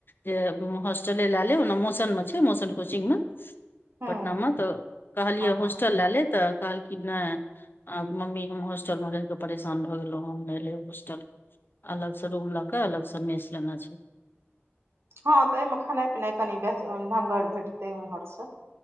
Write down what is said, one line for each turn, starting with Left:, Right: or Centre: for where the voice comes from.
Left: जे होॉस्टले ल लेब ओना मौसन मे छै मसन कोचिंग मे
Right: हूँ
Left: पटनामे तऽ कहलियै
Right: हँ हँ
Left: होस्टल लए ले तऽ कहलखिन नै आ मम्मी हम हॉस्टल मे रहिके परेशान भऽ गेलहु हम नै लेब हॉस्टल अलग से रूम लकक्षअलगसँ मेस जेना छै
Right: हँ तऽ एहिमे खेनाइ पिनाइ कनि ढंगर भेटतै उम्हर स